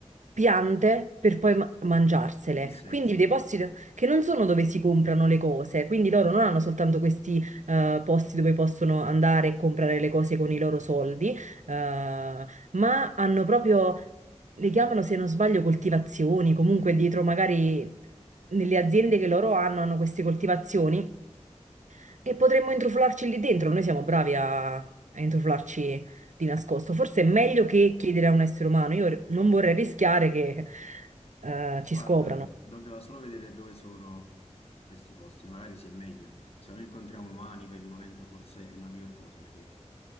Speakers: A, on the right; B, on the left.
A: piante per poi ma- mangiarsele.
B: In che senso?
A: Quindi dei posti do- che non sono dove si comprano le cose. Quindi loro non hanno soltanto questi eh, posti dove possono andare e comprare le cose con i loro soldi, eh, ma hanno proprio... Le chiamano, se non sbaglio, coltivazioni, comunque dietro magari nelle aziende che loro hanno, hanno queste coltivazioni e potremmo intrufolarci lì dentro, noi siamo bravi a, a intrufolarci di nascosto. Forse è meglio che chiedere a un essere umano. Io non vorrei rischiare che eh, ci
B: Guarda,
A: scoprano.
B: dobbiamo solo vedere dove sono questi posti, magari si è meglio. Se non incontriamo umani per il momento forse è la miglior cosa perché